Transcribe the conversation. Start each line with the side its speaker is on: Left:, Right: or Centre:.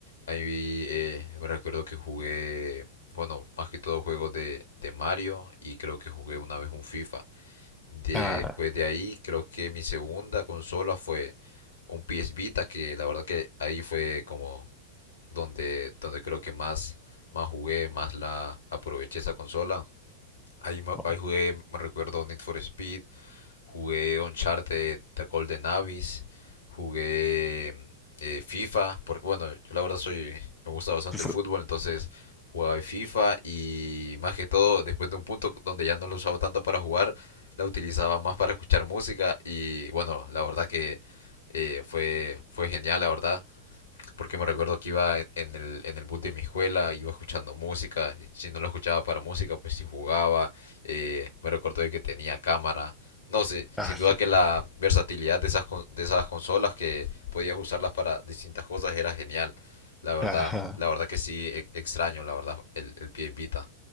Left: Ahí eh, me recuerdo que jugué, bueno, más que todo juegos de, de Mario y creo que jugué una vez un FIFA. Después
Centre: Ah,
Left: de ahí, creo que mi segunda consola fue un PS Vita, que la verdad que ahí fue como donde, donde creo que más, más jugué, más la aproveché esa consola. Ahí, ma-
Centre: no,
Left: ahí jugué, me recuerdo Need for Speed, jugué Uncharted The Golden Abyss, jugué eh, FIFA, porque bueno, yo la verdad soy, me gusta bastante
Centre: pues,
Left: el fútbol, entonces jugaba FIFA y más que todo, después de un punto donde ya no lo usaba tanto para jugar, la utilizaba más para escuchar música y bueno, la verdad que eh, fue, fue genial, la verdad porque me recuerdo que iba en en el, en el bus de mi escuela, iba escuchando música, si no lo escuchaba para música, pues si jugaba, eh, me recuerdo de que tenía cámara, no sé,
Centre: ah,
Left: sin duda
Centre: sí.
Left: que la versatilidad de esas, con- de esas consolas que podías usarlas para distintas cosas era genial, la verdad,
Centre: Ajá.
Left: la verdad que sí, e- extraño, la verdad, el, el PS Vita,